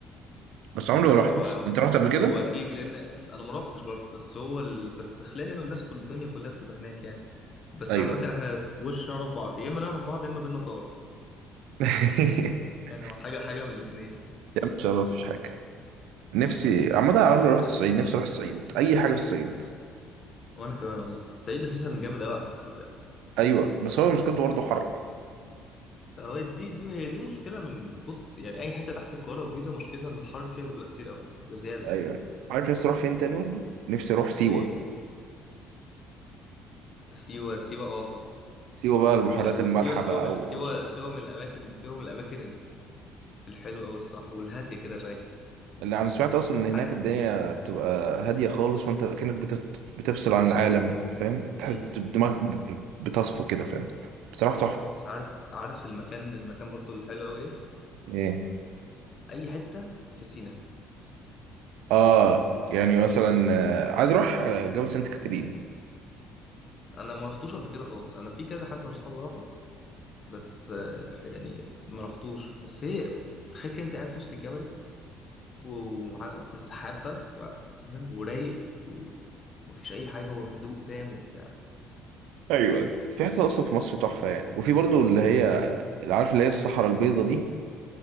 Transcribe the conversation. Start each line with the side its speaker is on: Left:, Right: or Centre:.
Right: بس عمري
Left: لا لا
Right: ما رحت
Left: هو هو
Right: انت رحت قبل كده
Left: هو اكيد لان انا ما روحتش برضه بس هو ال... بس خلاني والناس كل الدنيا كلها بتبقى هناك يعني بس
Right: ايوه
Left: عامة
Right: ايوه
Left: احنا وش نعرف بعض يا اما نعرف بعض يا اما بينا طار يعني
Right: <laughs>
Left: يعني هو حاجة حاجة من الاتنين
Right: يا عم ان شاء الله مفيش حاجة نفسي عامة أنا عمري ما رحت الصعيد نفسي أروح الصعيد أي حاجة في الصعيد
Left: وانا كمان والله الصعيد اساسا جامد قوي على فكرة خلي بالك
Right: أيوه بس هو مشكلته برضه حر
Left: هو دي دي هي دي مشكلة من بص يعني اي حتة تحت القاهرة والجيزة مشكلتها ان الحر فيها بيبقى كتير قوي بزيادة يعني
Right: أيوه عارف نفسي أروح فين تاني برضه نفسي أروح سيوة
Left: فين سيوة سيوة اه طبعا
Right: سيوة بقى البحيرات
Left: من الم-
Right: المالحة
Left: سيوة سيوة
Right: بقى
Left: من
Right: ومش
Left: سيوة
Right: عارف إيه.
Left: سيوة من الأماكن سيوة من الأماكن الحلوة أوي الصراحة والهادية كده الرايقة
Right: اللي أنا سمعت أصلا إن هناك
Left: عارف
Right: الدنيا بتبقى هادية خالص وأنت كأنك بتت... بتفصل عن العالم فاهم تح-
Left: مم.
Right: دماغك ب- ب- بتصفو كده فاهم بصراحة تحفة
Left: عارف عارف المكان المكان برضو اللي حلو أوي إيه
Right: إيه
Left: أي حتة في سينا
Right: آه يعني مثلا آه، عايز أروح آه، جبل سانت كاترين
Left: أنا ما رحتوش قبل كده خالص أنا في كذا حد من صحابي راحوا بس آه، يعني ما رحتوش بس هي تخيل كده أنت قاعد في وسط الجبل وع- وفي السحاب بقى وع- فاهم ورايق ومفيش أي حاجة وهدوء تام وبتاع
Right: ايوه في حتت اصلا في مصر تحفه يعني وفي برضو اللي هي اللي عارف اللي هي الصحراء البيضاء دي